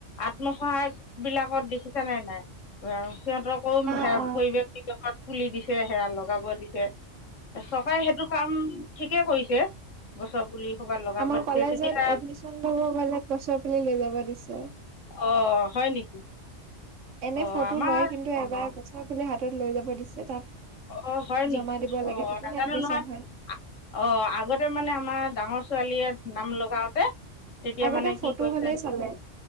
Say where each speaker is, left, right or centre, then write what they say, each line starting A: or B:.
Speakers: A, on the left; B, on the right.
A: আত্মসহায়ক বিলাকত দেখিছা নাই, নাই ব সিহঁতকো
B: অ
A: সেয়া
B: অ
A: পৰিৱেশ নিৱেশত খুলি দিছে সেয়া লগাব দিছে। চৰকাৰে সেইটো কাম ঠিকে কৰিছে, গছৰ পুলি সোপা লগাব
B: আমাৰ
A: দিছে
B: কলেজত
A: তেতিয়া
B: এডমিশন লব গলে গছৰ পুলি লৈ যাব দিছে।
A: অ, ' হয় নেকি?
B: এনে
A: অঁ
B: ফটো
A: আমাৰ
B: লয় কিন্তু এবাৰ গছৰ পুলি হাতত লৈ যাব দিছে তাত
A: অ, হয়
B: জমা
A: নেকি
B: দিব লাগে
A: অ,
B: তেতিয়াহে
A: নাজানো
B: এডমিশন
A: নহয়।
B: হয়
A: অ, আগতে মানে আমাৰ ডাঙৰ ছোৱালীয়ে নাম লগাওতে তেতিয়া
B: আগতে
A: মানে
B: ফটো
A: কি কৈছে
B: হলেই চলে